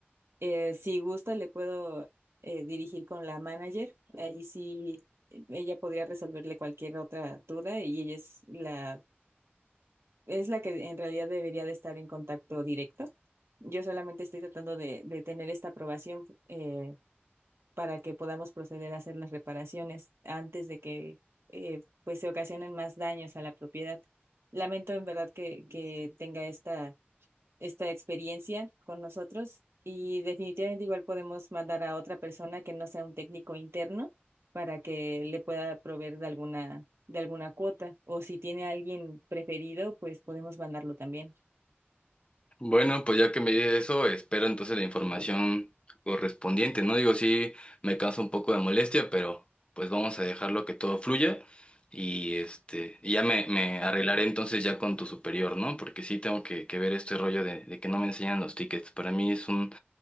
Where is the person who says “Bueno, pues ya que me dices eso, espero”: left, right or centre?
Left